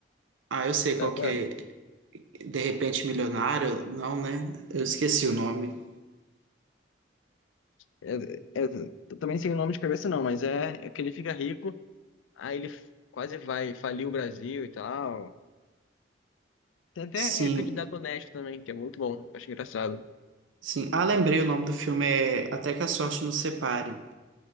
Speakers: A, on the right; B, on the left.
A: Ah, eu sei
B: Sabe
A: qual que
B: qual
A: é.
B: é?
A: De Repente Milionário? Não, né? Eu esqueci o nome.
B: É, é, eu também sei o nome de cabeça não, mas é, é que ele fica rico, aí ele f- quase vai falir o Brasil e tal. Tem até
A: Sim,
B: é, candidato honesto também, que é muito bom. eu Acho engraçado.
A: sim. Ah, lembrei, o nome do filme é Até que a Sorte Nos Separe.